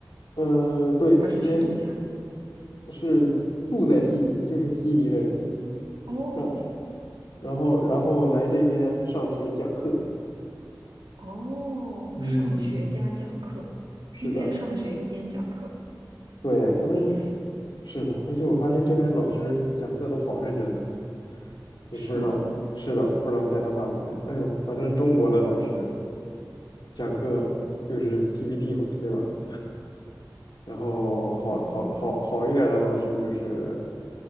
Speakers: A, on the left; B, on the right.
A: 嗯，对，
B: 还是去度假？
A: 应该是是住在悉尼，就是悉尼的人，
B: 哦
A: 让然后然后来这边上学讲课。
B: 哦，
A: 嗯嗯，
B: 上学加讲课，
A: 是的，
B: 一边上学一边讲课，
A: 对，他们
B: 有意思，
A: 是的，而且我发现这边老师讲课都好认真的，我不知道，
B: 是吗？
A: 是的，不知道加拿大怎么样。哎呦，反正中国的老师讲课就是 PPT 嘛，对吧？然后好好好好一点儿的老师就是
B: 哦，